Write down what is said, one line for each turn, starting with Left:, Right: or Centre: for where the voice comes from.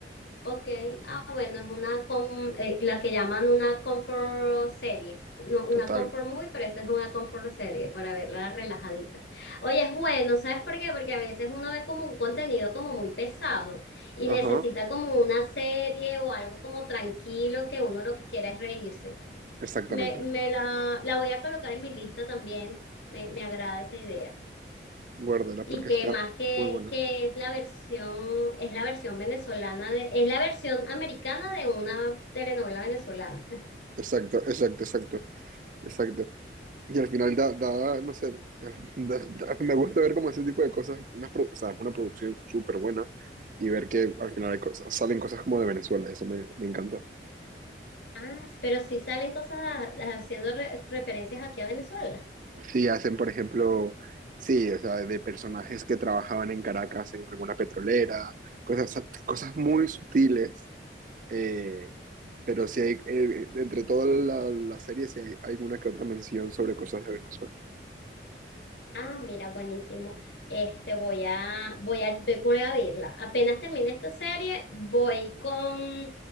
Left: Ok, ah bueno, es una, com- eh, la que llaman una comfort serie, no, una
Right: total.
Left: comfort movie, pero esta es una comfort serie para verla relajadita. Oye, es bueno, ¿sabes por qué? Porque a veces uno ve como un contenido como muy pesado y
Right: Ajá,
Left: necesita como una serie o algo como tranquilo que uno lo que quiera es reírse.
Right: exactamente.
Left: Me, me la, la voy a colocar en mi lista también, me, me agrada esa idea.
Right: Guárdala
Left: Y
Right: porque
Left: que
Right: está
Left: más que,
Right: muy buena.
Left: que es la versión, es la versión venezolana de, es la versión americana de una telenovela venezolana.
Right: Exacto, exacto, exacto, exacto. Y al final da, da, no sé, da- da- me gusta ver como ese tipo de cosas, unas pro- o sea, es una producción súper buena y ver que al final hay cosas- salen cosas como de Venezuela, eso me, me encanta.
Left: Ah, pero sí salen cosas a- haciendo re- referencias aquí a Venezuela.
Right: Sí, hacen, por ejemplo, sí, o sea, de personajes que trabajaban en Caracas en alguna petrolera, cosas, cosas muy sutiles, eh, pero sí hay, eh, entre toda la, la serie sí hay alguna que otra mención sobre cosas de Venezuela.
Left: Ah, mira, buenísimo. Este, voy a, voy a, voy a verla. Apenas termine esta serie, voy con